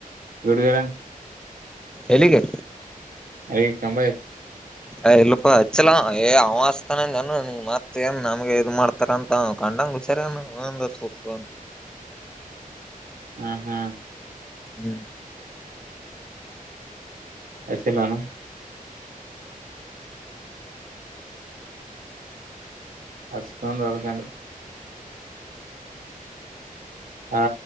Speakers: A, on the right; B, in the centre.
A: ಗೋಡುಗರಂ
B: ಎಲಿಗೆ.
A: ಏಯ್ ತಂಬಾ.
B: ಅ ಇಲ್ಲಪ ಅಚ್ಚಲ ಏ ಅವ ಅಸ್ತಾನಂದಾನ ಮತ್ ಏನ್ ನಮಗೆ ಇದು ಮಾಡ್ತ ತರ ಅಂತ ಕಂಡಚಾರತ್ಮ.
A: ಹ್ಮ ಹ್ಮ್
B: ಹ್ಮ್
A: ಹಚ್ಚಿಲಾನ್. ಹಚ್ತಾ ಅಂದ್ ಅದ್ಕೆ ಅಂದೇ. ಹಾ